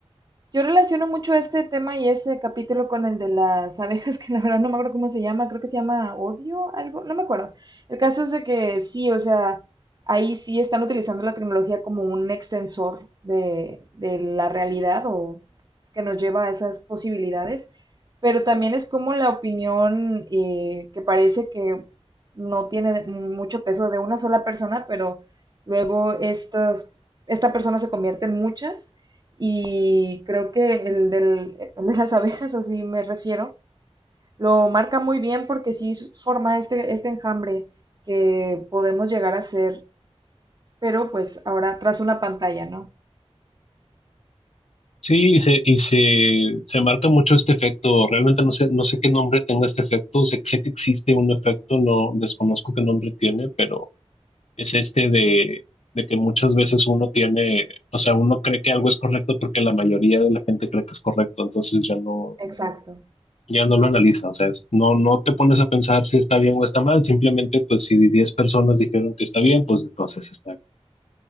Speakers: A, on the right; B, on the left.
A: Yo relaciono mucho este tema y este capítulo con el de las abejas, <laughs> que la verdad no me acuerdo cómo se llama, creo que se llama odio, algo, no me acuerdo. El caso es de que sí, o sea, ahí sí están utilizando la tecnología como un extensor de, de la realidad o que nos lleva a esas posibilidades, pero también es como la opinión eh, que parece que no tiene mucho peso de una sola persona, pero luego estas, esta persona se convierte en muchas y creo que el, del, eh, el de las abejas, así me refiero, lo marca muy bien porque sí forma este, este enjambre que podemos llegar a ser, pero pues ahora tras una pantalla, ¿no?
B: Sí, y se, y se, se marca mucho este efecto. Realmente no sé, no sé qué nombre tenga este efecto. Sé, sé que existe un efecto, no desconozco qué nombre tiene, pero es este de, de que muchas veces uno tiene, o sea, uno cree que algo es correcto porque la mayoría de la gente cree que es correcto, entonces ya no,
A: Exacto.
B: ya no lo analiza. O sea, es- no, no te pones a pensar si está bien o está mal. Simplemente, pues, si 10 personas dijeron que está bien, pues entonces está bien.